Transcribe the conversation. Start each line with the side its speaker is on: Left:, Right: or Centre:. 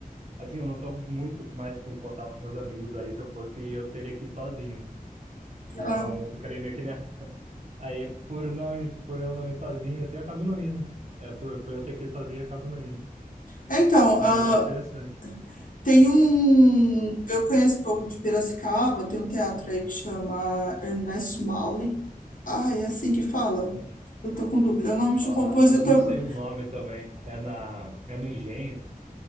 Right: assim, eu não tô muito mais com contato com meus amigos, aí se eu fosse, eu teria que ir sozinho, né? Então
Left: ah,
Right: eu ficaria meio que nessa. <laughs> Aí por não, ir- por eu não ir sozinho, assim, eu acabo não indo. É, por, por eu ter que ir sozinho, eu acabo não indo.
Left: é, então, ah,
Right: Mas é interessante.
Left: tem um. Eu conheço um pouco de Piracicaba, tem um teatro aí que chama Ernest Mali. Ah, é assim que fala? Eu tô com dúvida. É o nome de
Right: Ah,
Left: um compositor.
Right: eu não sei o nome também. É na, é no Engenho.